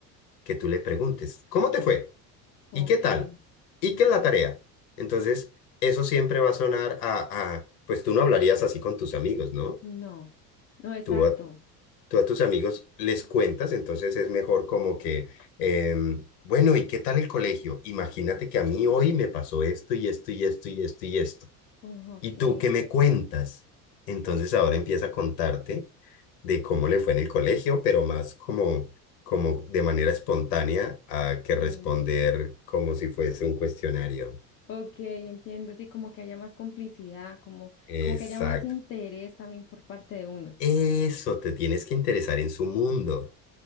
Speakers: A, on the left (about 70°); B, on the left (about 30°).
A: que tú le preguntes, ¿cómo te fue?
B: Ok.
A: ¿Y qué tal? ¿Y qué es la tarea? Entonces, eso siempre va a sonar a, a pues tú no hablarías así con tus amigos, ¿no?
B: No. No, exacto.
A: Tú a, tú a tus amigos les cuentas, entonces es mejor como que, em, bueno, ¿y qué tal el colegio? Imagínate que a mí hoy me pasó esto y esto y esto y esto y esto.
B: Oh, ok.
A: ¿Y tú qué me cuentas? Entonces ahora empieza a contarte de cómo le fue en el colegio, pero más como, como de manera espontánea a que
B: Mm,
A: responder como si fuese un cuestionario.
B: Ok, entiendo. Sí, como que haya más complicidad, como,
A: Exacto.
B: como que haya más interés también por parte de uno.
A: Eso, te tienes que interesar en su mundo.